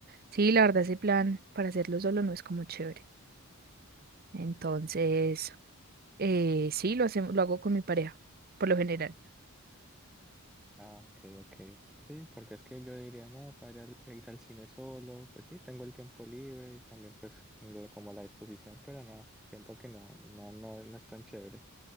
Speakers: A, on the right; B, in the centre.
A: Sí, la verdad ese plan para hacerlo solo no es como chévere. Entonces, eh, sí, lo hacemos, lo hago con mi pareja, por lo general.
B: Ah, ok, ok. Sí, porque es que yo diría, no, para ir al, ir al cine solo, pues sí, tengo el tiempo libre y también pues la- como la disposición, pero no, siento que no, no, no, no es tan chévere.